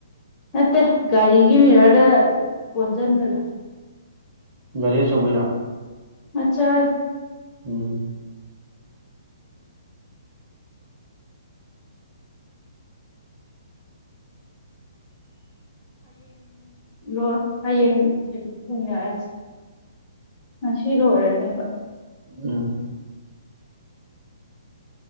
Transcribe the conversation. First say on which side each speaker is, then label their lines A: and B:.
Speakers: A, on the left; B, on the right.
A: ꯅꯠꯇꯦ ꯒꯥꯔꯤꯒꯤ ꯃꯤꯔꯔꯗ ꯀꯣꯟꯁꯤꯟꯕꯗ
B: ꯔꯤꯦ ꯁꯕꯣꯏꯔ
A: ꯑꯆꯥ
B: ꯎꯝ
A: ꯂꯣ ꯍꯌꯦꯡ ꯊꯦꯡꯅꯔꯁꯤ ꯉꯁꯤ ꯑꯣꯏꯔꯅꯦ
B: ꯎꯝ